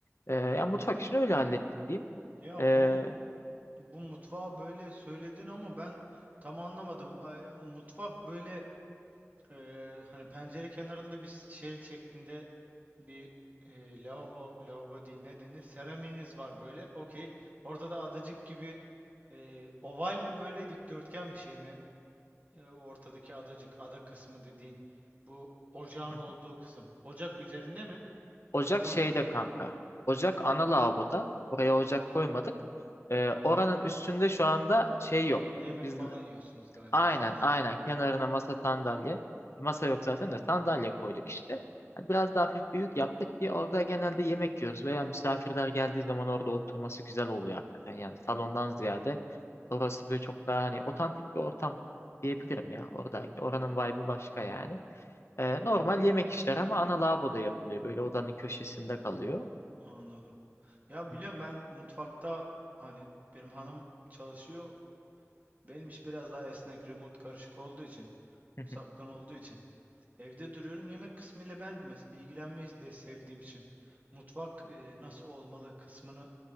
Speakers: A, on the left; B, on the right.
A: E, yani mutfak işini öyle hallettik diyeyim.
B: Ya
A: E,
B: bu bu mutfağı böyle söyledin ama ben tam anlamadım. Ay, Mutfak böyle e, hani pencere kenarında bir s- şerit şeklinde bir e, lavabo lavabo değil ne denir? Seramiğiniz var böyle. Okey. Ortada adacık gibi e, oval mi böyle dikdörtgen bir şey mi? E, o ortadaki adacık ada kısmı dediğin bu ocağın
A: hı
B: olduğu kısım. Ocak üzerinde mi?
A: Ocak
B: Ortada
A: şeyde
B: mı özür
A: kanka.
B: dilerim.
A: Ocak ana lavaboda. Oraya ocak koymadık. Ee, oranın üstünde şu anda şey yok.
B: Yemek
A: Biz
B: falan yiyorsunuz galiba
A: aynen
B: sadece.
A: aynen kenarına masa sandalye. Masa yok zaten de sandalye koyduk işte. Hani Biraz daha hafif büyük yaptık ki orada genelde yemek yiyoruz veya misafirler geldiği zaman orada oturması güzel oluyor hakikaten. Yani salondan ziyade orası böyle çok daha hani otantik bir ortam diyebilirim ya oradaki. Oranın vibe'ı başka yani. Ee, normal yemek işler ama ana lavaboda yapılıyor. Böyle odanın köşesinde kalıyor.
B: Anladım. Ya
A: Hı
B: biliyorum ben mutfakta hani benim hanım çalışıyor. Benim iş biraz daha esnek, remote karışık olduğu için,
A: hı,
B: uzaktan olduğu için. Evde duruyorum. Yemek kısmıyla ben mesela ilgilenmeyi de sevdiğim için mutfak e, nasıl olmalı kısmını